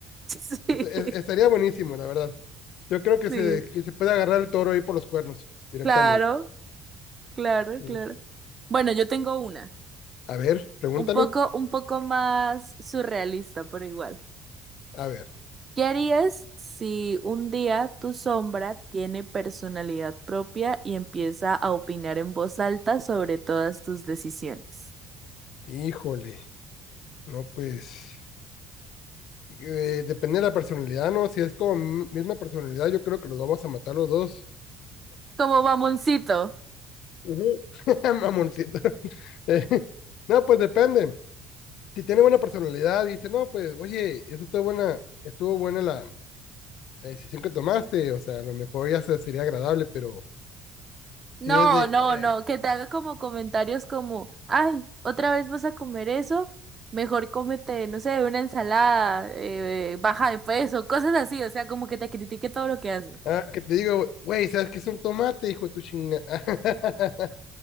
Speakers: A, on the right; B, on the left.
A: Sí,
B: Est- es- estaría buenísimo, la verdad. Yo creo que
A: sí,
B: se, que se puede agarrar el toro ahí por los cuernos directamente.
A: claro, claro,
B: Sí.
A: claro. Bueno, yo tengo una,
B: A ver, pregúntame.
A: un poco, un poco más surrealista, pero igual.
B: A ver,
A: ¿Qué harías si un día tu sombra tiene personalidad propia y empieza a opinar en voz alta sobre todas tus decisiones?
B: híjole, no pues. eh, depende de la personalidad, ¿no? Si es como mi- misma personalidad, yo creo que los vamos a matar los dos.
A: Como mamoncito.
B: <laughs> Ujú. Mamoncito. Eh, <laughs> no, pues depende. Si tiene buena personalidad, dice, no, pues, oye, eso estuvo buena, estuvo buena la, la decisión que tomaste, o sea, a lo mejor ya se- sería agradable, pero
A: No,
B: si es de,
A: no,
B: eh,
A: no, que te haga como comentarios como, ay, otra vez vas a comer eso, mejor cómete, no sé, una ensalada, eh, baja de peso, cosas así, o sea, como que te critique todo lo que haces.
B: ah, que te digo, güey, ¿sabes qué es un tomate, hijo de tu chinga? <laughs>